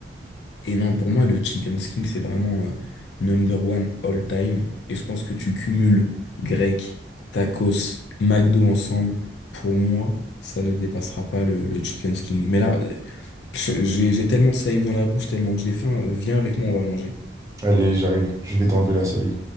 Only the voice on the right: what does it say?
Allez, j'arrive. Je vais t'enlever la salive.